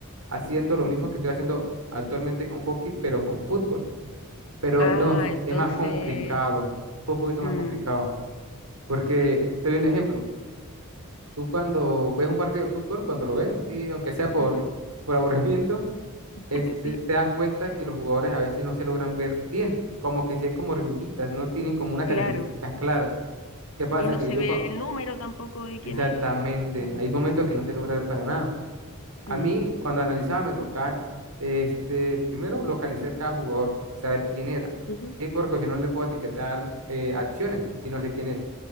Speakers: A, on the right (about 80°); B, on the left (about 70°).
A: haciendo lo
B: Ujú.
A: mismo que estoy haciendo actualmente con hockey, pero con fútbol. Pero
B: Ah,
A: no,
B: entonces...
A: es más complicado. Fue un poquito
B: mm,
A: más complicado. Porque te doy un ejemplo. Tú cuando ves un partido de fútbol, cuando lo ves, sí, aunque sea por,
B: ujú,
A: por aburrimiento, <laughs> este,
B: <laughs> Sí.
A: te das cuenta que los jugadores a veces no se logran ver bien, como que se ven como hormiguitas, no tienen como unas
B: Claro,
A: características claras. ¿Qué pasa?
B: y no
A: Que
B: se
A: yo,
B: ve
A: cua-
B: el número tampoco de
A: exactamente,
B: quién es. Mm,
A: hay momentos que no se logra ver para nada. A
B: mm,
A: mí, cuando analizaba, me tocaba, este, primero localizar cada jugador, saber quién era,
B: ujú.
A: ¿sí? Porque si no no le puedo etiquetar eh, acciones, si no sé quién es.